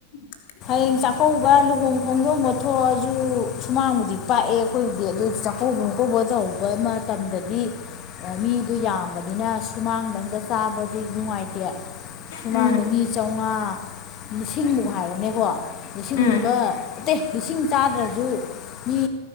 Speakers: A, on the left; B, on the left.
A: ꯎ
B: ꯍꯌꯦꯡ
A: <inaudible>
B: ꯆꯥꯛꯀꯧꯕ ꯂꯨꯍꯣꯡ ꯈꯣꯡꯗꯣꯡꯕ ꯊꯣꯛꯑꯁꯨ ꯁꯨꯃꯥꯡꯕꯨꯗꯤ ꯄꯥꯛꯑꯦ ꯑꯩꯈꯣꯏꯕꯨꯗꯤ ꯑꯗꯨꯏꯗꯤ ꯆꯥꯛꯀꯧꯕ ꯈꯀ ꯇꯧꯕ ꯃꯇꯝꯗꯗꯤ ꯃꯤꯗꯨꯣ ꯌꯥꯝꯕꯅꯤꯅ ꯁꯨꯃꯥꯡꯗꯪꯒ ꯆꯥꯕꯗꯤ ꯅꯨꯡꯉꯥꯏꯇꯦ ꯁꯨꯃꯥꯡꯗ
A: ꯎꯝ
B: ꯃꯤ ꯆꯥꯝꯃꯉꯥ ꯂꯤꯁꯤꯡꯃꯨꯛ ꯍꯥꯏꯕꯅꯦꯀꯣ ꯂꯤꯁꯤꯡꯃꯨꯛꯀ
A: ꯎꯝ
B: ꯑꯠꯇꯦ ꯂꯤꯁꯤꯡ ꯆꯥꯗ꯭ꯔꯁꯨ ꯃꯤ